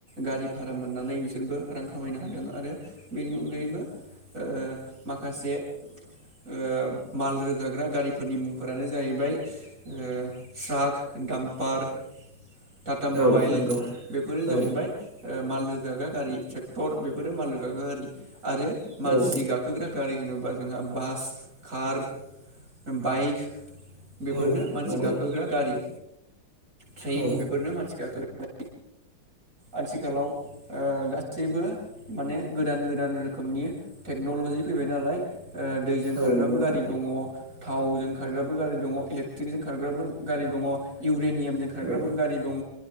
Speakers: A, on the right; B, on the right.
A: गारि भारा मोननानै बिसोरबो रां खामायनो हादों आरो बेनि अनगायैबो ओ माखासे ओ माल रोगाग्रा गारिफोरनि मुंफोरानो जाहैबाय ओ ट्राक दामपार। टाटा मबाइल।
B: औ नंगौ
A: बेफोरो जाहैबाय
B: औ
A: ओ माल लोगा गा गारि थजक्टर बेफोरो माल लोगा गा गारि आरो मानसि
B: औ
A: गाखोग्रा गारि होनोबा जोंहा बास कार बाइक बेफोरनो
B: औ
A: मानसि
B: नंगौ
A: गाखोग्रा गारि ट्रेन
B: औ
A: बेफोरनो मानसि गाखोग्रा आथिखालाव ओ गासैबो माने गोदान गोदान रोखोमनि टेक्नलजि फैबाय नालाय ओ दैजों खारग्राबो
B: औ नंगौ नोंथां
A: गारि दङ थावजों खारग्राबो गारि दङ' इलेकट्रिकजों खारग्राबो गारि दङ' इउरेनियामजों खारग्राबो
B: औ
A: गारि दङ